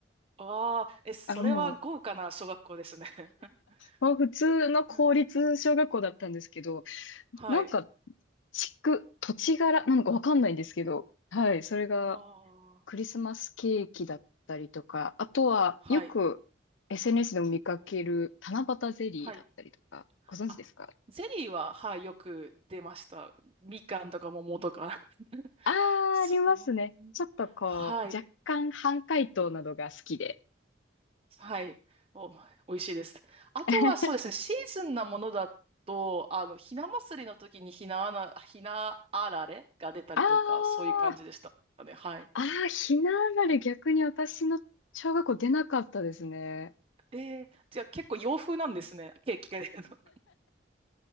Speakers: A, on the right (about 30°); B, on the left (about 80°).
A: あああ、え、それは豪華な小学校ですね。
B: あ、も
A: <laughs>
B: う、もう普通の公立小学校だったんですけど、
A: うん。<laughs> はい。
B: なんか、地区、土地柄なのかわかんないんですけど、はい、それが
A: ああ、
B: クリスマスケーキだったりとか、あとはよく
A: はい。
B: SNS でも見かける七夕ゼリーだったりとか、
A: はい。
B: ご存知ですか
A: あ、ゼリーは、はい、よく出ました。みかんとか桃とか。<laughs>
B: ああー、
A: そう。
B: ありますね。ちょっとこう、
A: はい。
B: 若干半解凍などが好きで。
A: はい。お、美味しいです。あとは、
B: <laughs>
A: そうですね、シーズンなものだと、あの、ひな祭りの時にひなあな、ひなあられが出たりとか、
B: ああ、
A: そういう感じでしたね。はい。
B: ああ、ひなあられ逆に私の小学校出なかったですね。
A: で、じゃあ結構洋風なんですね、ケーキが出るの。